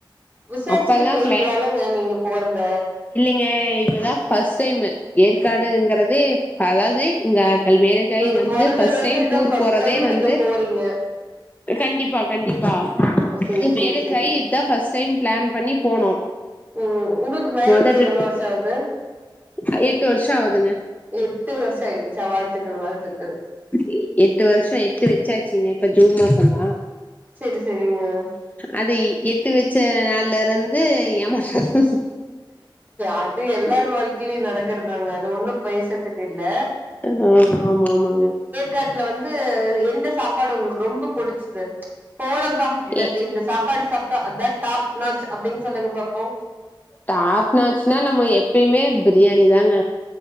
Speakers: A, on the right (about 20°); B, on the left (about 20°).
A: விசார்சிட்டு
B: அப்பல்லாம்
A: போய்க்குலலால்லங்க நீங்க போறத
B: ஏ இப்பதா ஃபஸ்ட் டைமு ஏற்காடுங்கறதி அதாது இங்க கல் மேரேஜ் ஆயி
A: நீங்க
B: வந்து
A: போறதுல
B: ஃபஸ்ட்
A: இருந்து
B: டைம்
A: இதா
B: டூரு
A: ஃபர்ஸ்ட்
B: போறதே
A: டைம்
B: வந்து
A: நீங்க போறீங்க
B: கண்டிப்பா கண்டிப்பா
A: ஓ சேரி
B: து மேரேஜ்
A: சேரி சேரி
B: ஆயி இத்தா ஃபஸ்ட் டைம் ப்ளேன் பண்ணி போனோ
A: ம் உங்களுக்கு மேரேஜ்
B: மோத
A: ஆயி
B: ட்ரிப்
A: எவ்ளோ வருஷோ ஆகுது
B: அ எட்டு வர்ஷோ ஆவுதுங்க
A: எட்டு வர்ஷ ஆயிடுச்சா வாழ்த்துக்கள் வாழ்த்துக்கள்
B: எ எட்டு வருஷோ எத்து வெச்சாச்சுங்க இப்போ ஜூன் மாசந்தா
A: சேரி சேரிங்க
B: அது எத்து வெச் ச நள்ளருந்து எமனாதா
A: அது எல்லார் வாழ்க்கைலியு லு நடக்கற்தாங்க அது ஒன்னு பைசட்டுக்கு இல்ல
B: அதா ஆம் ஆமங்க
A: கேட்ல வந்து எந்த சாப்பாடு உங்ளுக்கு ரொம்ப புடுச்சிது போனப் பா அந்தட்டி
B: ஏ
A: இந்த சாப்பாடு சாப்ட்டா அதா டாப்நாச் அப்டின் சொல்லுங்க பாப்பு
B: டாப்நாச்சினா நம்ம எப்பியுமே பிரியாணி தாங்க